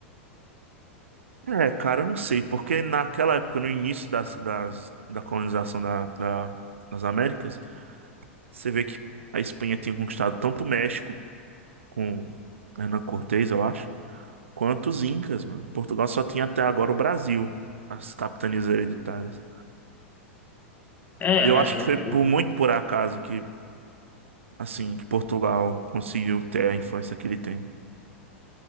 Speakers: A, on the right; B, on the left.
A: É, cara, eu não sei, porque naquela época, no início das, das, da colonização da, da- das Américas, Você vê que a Espanha tinha conquistado tanto o México, com Hernán Cortés, eu acho, quanto os Incas, mano. Portugal só tinha até agora o Brasil, as capitanias hereditárias.
B: É,
A: Eu
B: mas
A: acho
B: o,
A: que foi
B: o-
A: por muito por acaso que, assim, que Portugal conseguiu ter a influência que ele tem.